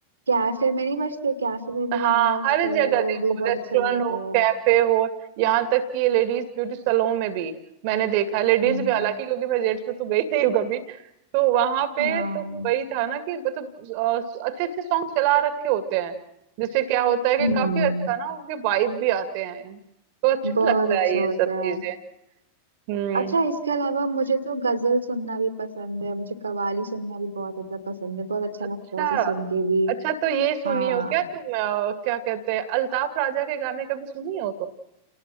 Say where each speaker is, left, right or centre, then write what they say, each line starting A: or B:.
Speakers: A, on the right (about 75°); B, on the right (about 45°).
A: कैफे में नहीं बजते कैफे में भी
B: हाँ
A: गाने बजते
B: हर
A: हैं
B: जगह
A: वो
B: देखो
A: भी बहुत
B: रेस्टोरेंट
A: अच्छे लगते
B: हो
A: हैं
B: कैफे हो यहाँ तक कि लेडीज ब्यूटी सैलून में भी मैंने देखा लेडीज
A: हम्म
B: भी हालांकि क्योंकि मैं जेंट्स में तो गई नहीं हूँ कभी तो वहां पे
A: हाँ
B: तो वही था ना कि मतलब अच्छे अच्छे सॉन्ग चला रखे होते हैं जिससे क्या होता है कि
A: हम्म
B: काफी अच्छा ना उनके वाइब भी आते हैं तो अच्छा
A: बहुत
B: लगता
A: अच्छे
B: है ये
A: होते
B: सब
A: हैं
B: चीजें हम्म
A: अच्छा इसके अलावा मुझे तो गजल सुनना भी पसंद है मुझे कव्वाली सुनना भी बहुत ज्यादा पसंद है बहुत अच्छा
B: अच्छा
A: लगता है उसे सुन के भी
B: अच्छा तो ये सुनी
A: हाँ
B: हो क्या तुम अ, क्या कहते हैं अल्ताफ राजा के गाने कभी सुनी हो